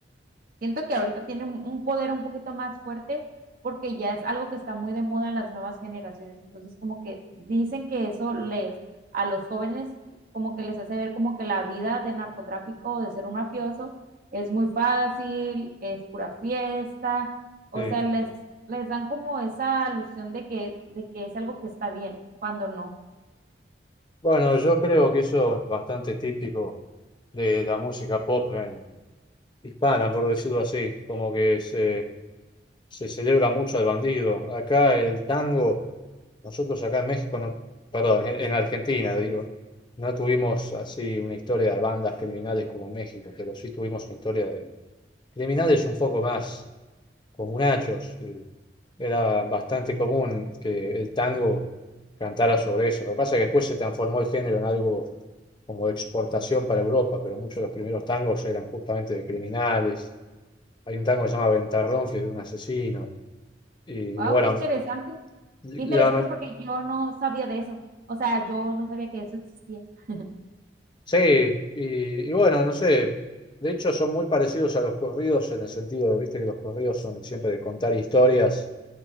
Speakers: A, on the right; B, on the left.
A: Siento que ahorita tiene un- poder un poquito más fuerte porque ya es algo que está muy de moda en las nuevas generaciones. Entonces, como que dicen que eso les, a los jóvenes, como que les hace ver como que la vida de narcotráfico o de ser un mafioso es muy fácil, es pura fiesta. O
B: Sí.
A: sea, les, les dan como esa alusión de que, de que es algo que está bien, cuando no.
B: Bueno, yo creo que eso es bastante típico de la música pop en- hispana, por decirlo así, como que se, se celebra mucho al bandido. Acá el tango. Nosotros acá en México, no, perdón, en, en Argentina, digo, no tuvimos así una historia de bandas criminales como México, pero sí tuvimos una historia de criminales un poco más comunachos. Y era bastante común que el tango cantara sobre eso. Lo que pasa es que después se transformó el género en algo como de exportación para Europa, pero muchos de los primeros tangos eran justamente de criminales. Hay un tango que se llama Ventarrón, que es de un asesino. Y,
A: Wow,
B: y bueno,
A: qué interesante.
B: la,
A: Qué interesante porque yo no sabía de eso. O sea, yo no sabía que eso existía. <laughs>
B: Sí, y, y bueno, no sé, de hecho son muy parecidos a los corridos en el sentido de, viste, que los corridos son siempre de contar historias,